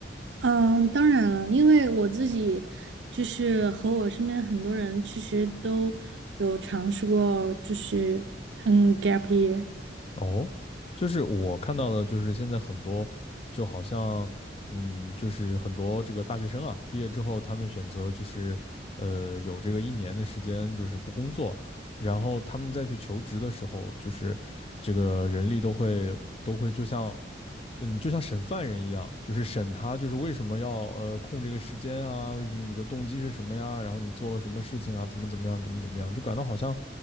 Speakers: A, on the right; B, on the left.
A: 嗯，当然了，因为我自己就是和我身边很多人其实都有尝试过，就是嗯 gap year，
B: 哦，就是我看到的，就是现在很多，就好像，嗯，就是很多这个大学生啊，毕业之后他们选择就是，呃，有这个一年的时间就是不工作，然后他们再去求职的时候，就是这个人力都会都会就像，嗯，就像审犯人一样，就是审他，就是为什么要呃空这个时间啊，为什么你的动机是什么呀，然后你做了什么事情啊，怎么怎么样，怎么怎么样，就感到好像。